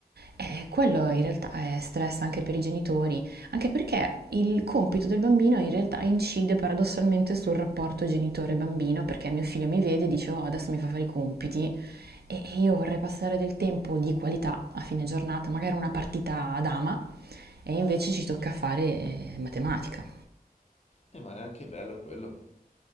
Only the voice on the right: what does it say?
E quello in realtà è stress anche per i genitori, anche perché il compito del bambino in realtà incide paradossalmente sul rapporto genitore-bambino, perché mio figlio mi vede e dice oh, adesso mi fa fare i compiti e e io vorrei passare del tempo di qualità a fine giornata, magari una partita a dama, e invece ci tocca fare eh, matematica.